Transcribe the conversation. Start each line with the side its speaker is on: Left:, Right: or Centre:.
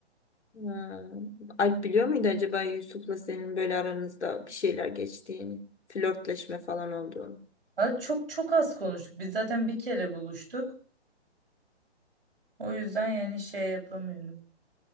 Left: Ha. Alp biliyor muydu acaba Yusuf'la senin böyle aranızda bir şeyler geçtiğini? Flörtleşme falan olduğunu.
Right: Abi çok çok az konuştuk. Biz zaten bir kere buluştuk. O yüzden yani şey yapamıyorum.